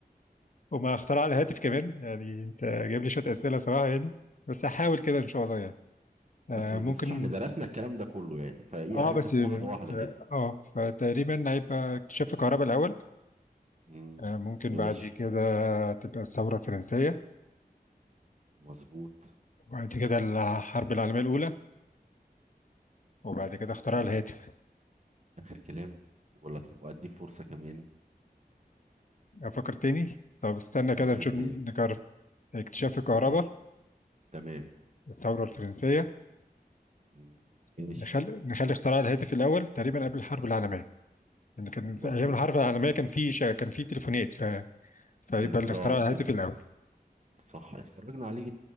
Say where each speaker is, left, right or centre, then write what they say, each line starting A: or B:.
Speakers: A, on the left (about 50°); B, on the right (about 45°).
A: وما اختراع الهاتف كمان يعني انت جايب لي شوية أسئلة صراحة يعني بس هحاول كده ان شاء الله يعني آه،
B: بس ما
A: ممكن
B: تنساش احنا درسنا الكلام ده كله يعني فايه
A: اه
B: عايزك
A: بس آه،
B: واحده واحده
A: ف-
B: كده
A: اه فتقريبا هيبقى اكتشاف الكهرباء الأول
B: مم.
A: آه، ممكن
B: ماشي
A: بعد كده هتبقى الثورة الفرنسية
B: مظبوط
A: وبعد كده الحرب العالمية الأولى وبعد كده اختراع
B: مم.
A: الهاتف
B: اخر كلام ولا تبقى اديك فرصه كمان
A: أفكر تاني طب استنى كده
B: فكر
A: نشوف
B: تاني
A: نكرر اكتشاف الكهرباء
B: ماشي تمام
A: الثورة الفرنسية
B: مم،
A: نخلي
B: ماشي
A: نخلي اختراع الهاتف الأول تقريبا قبل الحرب العالمية لأن كان في
B: مظبوط
A: أيام الحرب العالمية كان في شا... كان في تليفونات ف... فيبقى
B: بالظبط
A: الاختراع الهاتف الأول
B: صح اتفرجنا عليه